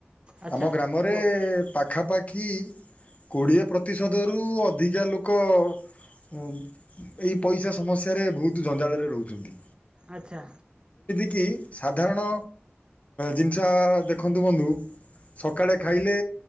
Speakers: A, on the right; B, on the left.
A: ଆଚ୍ଛା
B: ଆମ ଗ୍ରାମରେ
A: କୁହ
B: ପାଖାପାଖି କୋଡ଼ିଏ ପ୍ରତିଶତରୁ ଅ ଧିକା ଲୋକ ଏଇ ପଇସା ସମସ୍ୟାରେ ବହୁତ ଜଞ୍ଜାଳରେ ରହୁଛନ୍ତି।
A: ଆଚ୍ଛା।
B: କି ସାଧାରଣ ଜିନିଷ ଦେଖନ୍ତୁ ବନ୍ଧୁ ସକାଳେ ଖାଇଲେ